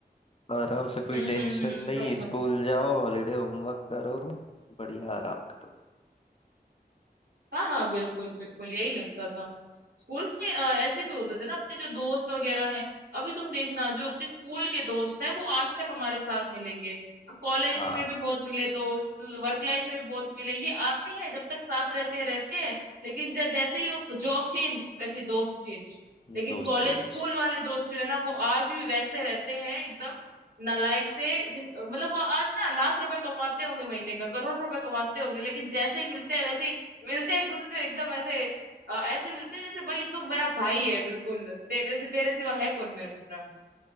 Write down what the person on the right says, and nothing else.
हम्म
हम्म हम्म
सही
हाँ हाँ बिल्कुल बिल्कुल यही लगता था स्कूल में अ, ऐसे भी होते थे ना अपने जो दोस्त वगैरह हैं अभी तुम देखना जो अपने स्कूल के दोस्त हैं वो आज तक हमारे साथ मिलेंगे अब कॉलेज
में भी बहुत मिले दोस्त वर्क लाइफ में भी बहुत मिले ये आते हैं जब तक साथ रहते हैं रहते हैं लेकिन जब जैसे ही वो जॉब चेंज वैसे ही दोस्त चेंज लेकिन
कॉलेज
स्कूल वाले दोस्त जो है ना वो आज भी वैसे रहते हैं एकदम नालायक से जिन मतलब वो आज ना लाख रुपए कमाते होंगे महीने का करोड़ रुपए कमाते होंगे लेकिन जैसे ही मिलते हैं वैसे ही मिलते हैं एक दूसरे से एकदम ऐसे अ, ऐसे मिलते हैं जैसे भाई तू मेरा भाई है बिल्कुल तेरे से तेरे सिवा है कौन मेरा